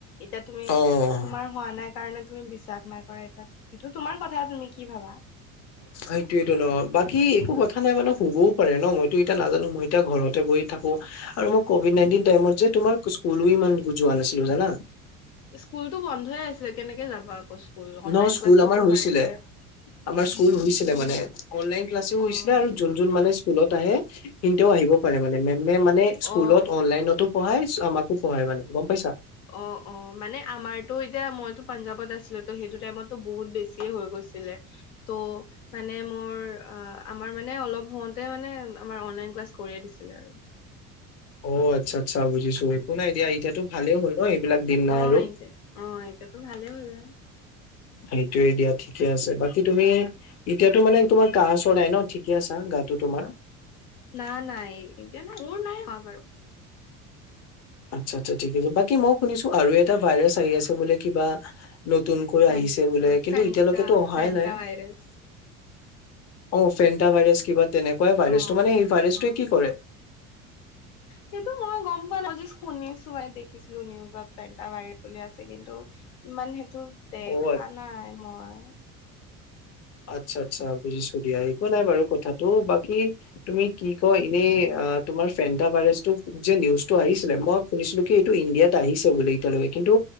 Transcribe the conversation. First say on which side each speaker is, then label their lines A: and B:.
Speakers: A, on the left; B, on the left.
A: এতিয়া তুমি
B: অ
A: তোমাৰ হোৱা নাই কাৰণে তুমি বিশ্বাস নাই কৰা এটা সেইটো তোমাৰ কথা তুমি কি ভাবা?
B: এইটোৱে ন বাকী একো কথা নাই মানে শুবও পাৰে ন মইতো এতিয়া নাজানো মই এতিয়া ঘৰতে বহি থাকো আৰু মই কভিড নাইনটিন টাইমত যে তোমাৰ স্কুলো ইমান যোৱা নাছিলো জানা
A: স্কুলতো বন্ধই আছে কেনেকে যাবা আকৌ স্কুল অনলাইন
B: ন স্কুল
A: ক্লাছেছো
B: আমাৰ হৈছিলে
A: হৈ আছে
B: আমাৰ স্কুল হৈছিলে মানে অনলাইন ক্লাছও
A: অ',
B: হৈছিলে আৰু যোন যোন মানে স্কুলত আহে কিন্তু আহিব পাৰে মানে মেমে মানে
A: অ',
B: স্কুলত অনলাইনতো পঢ়াই আমাকো পঢ়াই মানে গম পাইছা।
A: অ অ মানে আমাৰতো এতিয়া মইতো পাঞ্জাৱত আছিলো তো সেইটো টাইমতো বহুত বেছিয়ে হৈ গল ছিলে ত মানে মোৰ অ আমাৰ মানে অলপ হওঁতে মানে আমাৰ অনলাইন ক্লাছ কৰিয়ে দিছিলে আৰু
B: অ আচ্ছা আচ্ছা বুজিছো একো নাই এতিয়া এতিয়াতো ভালেই হ'ল ন এইবিলাক দিন নাই
A: অহ
B: আৰু
A: এতি অ এতিয়াতো ভালেই হ'ল আ
B: সেইটোয়ে দিয়া ঠিকে আছে বাকী তুমি এতিয়াতো মানে তোমাৰ কাহ চৰ নাই ঠিকে আছা গাটো তোমাৰ
A: নাই নাই এতিয়া নাই মোৰ নাই হোৱা বাৰু
B: আচ্ছা আচ্ছা ঠিক আছে বাকী মই শুনিছো আৰু এটা ভাইৰাছ আহি আছে বোলে কিবা নতুনকৈ
A: ফেন
B: আহিছে বোলে কিন্তু
A: ফেণ্টা
B: এতিয়ালৈকেতো অহাই
A: ফেণ্টা
B: নাই
A: ভাইৰাছ।
B: অ ফেণ্টা ভাইৰাছ কিবা তেনেকোৱাই ভাইৰাছটো
A: অ',
B: মানে সেই ভাইৰাছটোৱে
A: অ'।
B: কি কৰে
A: সেইটো মই গম পোৱা নাই মই জাষ্ট শুনিছো মানে দেখিছিলো নিউজত পেণ্টা ভাইৰাছ চলি আছে কিন্তু ইমান সেইটো দেখা
B: অ' আ-
A: নাই মই
B: আচ্ছা আচ্ছা বুজিছো দিয়া একো নাই বাৰু কথাতো বাকি তুমি কি কয় এনে অ তোমাৰ ফেণ্টা ভাইৰাছটো যে নিউজটো আহিছিলে মই শুনিছিলো কি এইটো ইণ্ডিয়াত আহিছে বুলি এতিয়ালৈকে কি কিন্তু